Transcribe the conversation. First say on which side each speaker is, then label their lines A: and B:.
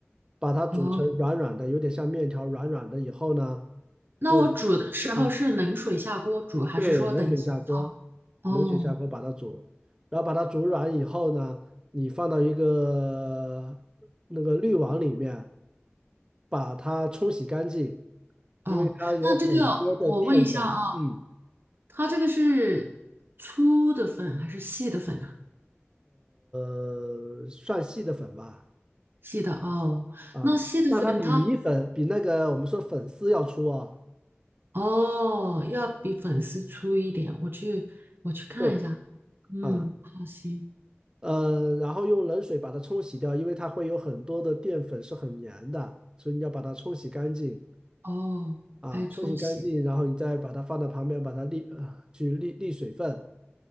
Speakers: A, on the right; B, on the right.
A: 把它煮成软软的，
B: 哦，
A: 有点像面条软软的以后呢，
B: 那我煮的时候是冷水下锅煮，
A: 就。嗯
B: 还是说等级泡了？
A: 对，冷水下锅，
B: 哦
A: 冷水下锅把它煮，然后把它煮软以后呢，你放到一个那个滤网里面，把它冲洗干净，
B: 哦，
A: 因为它有很多的淀粉，
B: 那这个我问一下啊，
A: 嗯，
B: 它这个是粗的粉还是细的粉啊？
A: 呃，算细的粉吧，
B: 细的哦，
A: 啊，
B: 那细的粉它
A: 但它比米粉比那个我们说粉丝要粗啊，
B: 哦要比粉丝粗一点，我去我去看一下。
A: 对，
B: 嗯，
A: 啊，
B: 好行
A: 呃，然后用冷水把它冲洗掉，因为它会有很多的淀粉是很粘的，所以你要把它冲洗干净。
B: 哦，
A: 啊，
B: 还有搓洗，
A: 冲洗干净，然后你再把它放到旁边，把它沥呃去沥沥水分。